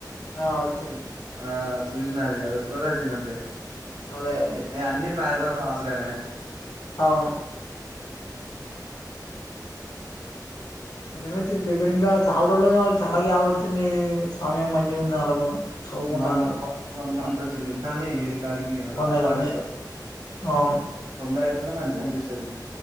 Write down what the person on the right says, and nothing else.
ఆ చూసిన అది అదొక్కటే వచ్చింది అంతే.
ఎ అన్ని పారాగ్రాఫ్ హాస్లేనే
వన్ మ వన్ మంత్ వచ్చింది కానీ ఏడికి ఆటికి రఫ్
ఆడిస్తారు.
తొందర అయిపోయినా మంచిగా అనిపిస్తాది.